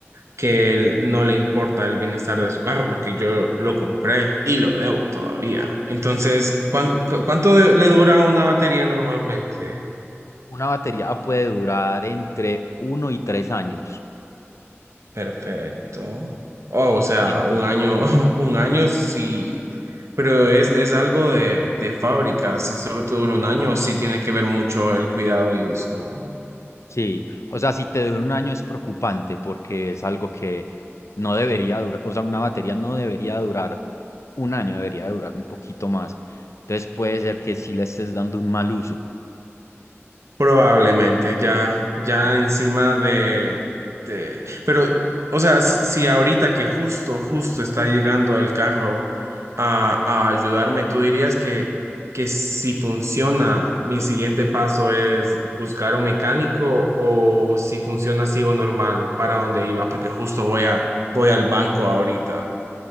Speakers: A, on the right (about 80°); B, on the left (about 85°).
A: que él no le importa el bienestar de su carro porque yo lo compré y lo debo todavía. Entonces, ¿cuán- cu- ¿cuánto de- le dura una batería normalmente?
B: Una batería puede durar entre uno y tres años.
A: Perfecto. Oh, o sea,
B: Entonces,
A: un año, <laughs> un año sí, pero es, es algo de, de fábrica. Si solo te dura un año, sí tiene que ver mucho el cuidado y uso.
B: sí, o sea, si te dura un año es preocupante porque es algo que no debería durar, o sea, una batería no debería durar un año, debería durar un poquito más. Entonces puede ser que sí le estés dando un mal uso.
A: Probablemente, ya, ya
B: Mm.
A: encima
B: mm.
A: de, de- Pero, o sea, s- si ahorita que justo, justo está llegando el carro a, a ayudarme, tú dirías que, que si funciona, mi siguiente paso es buscar un mecánico o si funciona, sigo normal para donde iba, porque justo voy a, voy al banco ahorita.